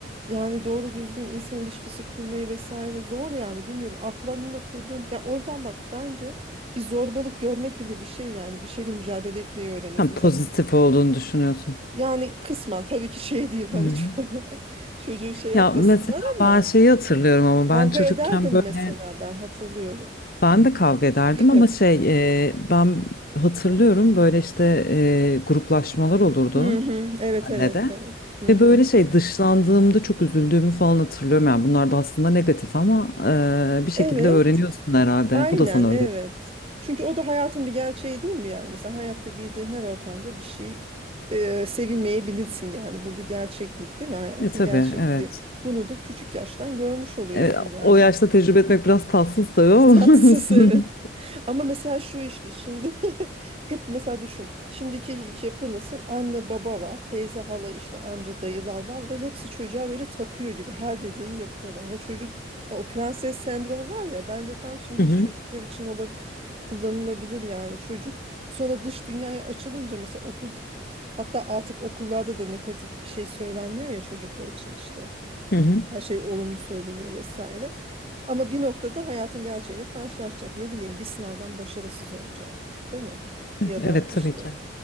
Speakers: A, on the right (about 30°); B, on the left (about 50°).
A: yani doğru düzgün insan ilişkisi kurmayı vesaire zor yani bilmiyorum. Akranınla kurduğun ya oradan bak bence bir zorbalık görmek bile bir şey yani bir şeyle mücadele etmeyi öğreniyorsun.
B: Hem
A: Mesela
B: pozitif
A: bir-
B: olduğunu düşünüyorsun.
A: yani kısmen tabii ki şey <laughs> değil hani
B: Hı hı.
A: çok <laughs> çocuğu şey yapmasınlar
B: Ya mesela
A: ama
B: ben şeyi hatırlıyorum ama
A: kavga
B: ben çocukken
A: ederdim
B: böyle
A: mesela ben hatırlıyorum.
B: ben de kavga ederdim
A: <laughs> Evet.
B: ama şey e, ben hatırlıyorum böyle işte e, gruplaşmalar olurdu
A: Hı hı. Evet
B: mahallede.
A: evet evet. Hı
B: Ve
A: hı.
B: böyle şey dışlandığımda çok üzüldüğümü falan hatırlıyorum. Yani bunlar da aslında negatif ama e, bir şekilde
A: Evet.
B: öğreniyorsun herhalde.
A: Aynen
B: Bu da sana
A: evet.
B: öğret.
A: Çünkü o da hayatın bir gerçeği değil mi yani? Mesela hayatta girdiğin her ortamda bir şey e, sevilmeyebilirsin yani. Bu bir gerçeklik değil mi? Hayatın
B: E tabii
A: gerçekliği.
B: evet.
A: Bunu da küçük yaştan görmüş oluyorsun
B: E,
A: yani.
B: o yaşta tecrübe etmek biraz tatsız tabii
A: <laughs>
B: ama
A: Tatsız
B: <laughs> olsun.
A: evet. Ama mesela şu işte şimdi <laughs> hep mesela düşün. Şimdiki yapı nasıl? Anne baba var, teyze hala işte amca dayılar var ve hepsi çocuğa böyle tapıyor gibi her dediğini yapıyorlar. Ve çocuk ha, o prenses sendromu var ya bence tam şimdiki
B: Hı hı,
A: çocuklar için olab kullanılabilir yani. Çocuk sonra dış dünyaya açılınca mesela okul hatta artık okullarda da negatif bir şey söylenmiyor ya çocuklar için işte.
B: hı hı.
A: Her şey olumlu söyleniyor vesaire. Ama bir noktada hayatın gerçeğiyle karşılaşacak. Ne bileyim bir sınavdan başarısız olacak, değil mi? Ya
B: Evet
A: da işte
B: tabii ki.